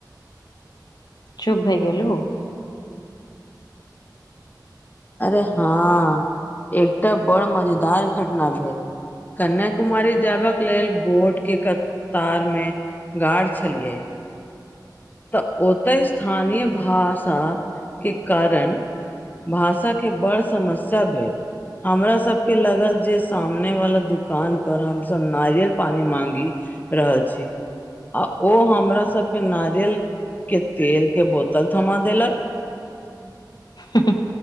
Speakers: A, on the left; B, on the left.
A: चुप भय गेलु।
B: अरे हां एकटा बड़ मजेदार घटना भेल। कन्या कुमारी जाब के लेल बोट के कतार मे गाड़ छलिये। त ओतय स्थानीय भाषा के कारण भाषा के बड़ समस्या भेल हमरा सबके लगल जे सामने वाला दुकान पर हमसब नारियल पानी मांगि रहल छी आ ओ हमरा सभके नारियल के तेल के बोतल थमा देलक।
A: हं हं